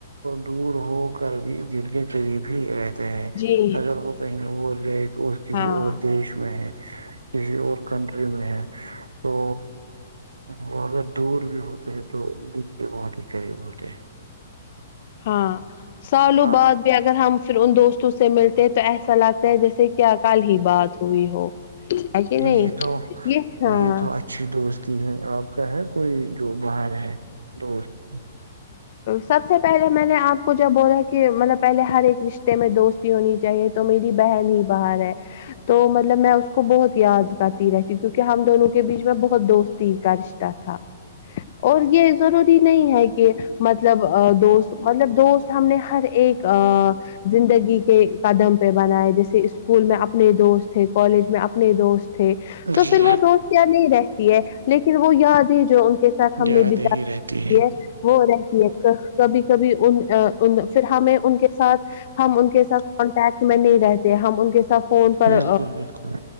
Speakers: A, on the right; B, on the left.
A: دور ہو کر بھی دن کے قریب ہی رہ
B: جی
A: اگر وہ کہیں اور جائے تو اور کسی
B: ہاں
A: اور دیش میں ہے کسی اور کنٹری میں ہے تو وہ اگر دور بھی ہوتے ہیں تو د کے بہت ہی قریب ہوتے ہیں
B: ہاں سالوں
A: ہاں
B: بعد بھی اگر ہم پھر ان دوستوں سے ملتے ہیں تو ایسا لگتا ہے جیسے کیا کال ہی بات ہوئی ہو ہے کہ نہیں
A: یہی تو
B: یہ
A: نہیںی
B: ہاں
A: تو اچھی دوست ہے آپ کا ہے کوئی جو باہر ہے دوست
B: سب سے پہلے میں نے آپ کو جب بو رہا ہے کہ مطلب پہلے ہر ایک رشتے میں دوستی ہونی چاہیے تو میری بہن ہی باہر ہے تو مطلب میں اس کو بہت یاد کرتی رہتی ہ کیونکہ ہم دونوں کے بیچ میں بہت دوستی کا رشتہ تھا اور یہ ضروری نہیں ہےگ مطلب دوست مطلب دوست ہم نے ہر ایک ا زندگی کے قدم پہ بنائے جیسے اسکول میں اپنے دوست تھے کالج میں اپنے دوست تھے تو
A: جی
B: پھر وہ دوست کیا نہیں رہتی ہے لیکن وہ یاد ہے جو ان کے ساتھ ہم
A: یاد
B: نے بتا
A: ہی رہتی
B: ہے وہ رہ ایک کبھی <inaudible> پھر ہمیں ان کے ساتھ ہم ان کے ساتھ کانٹیکٹ میں نہیں رہتے ہم ان کے ساتھ فون پر
A: بالکل بالکل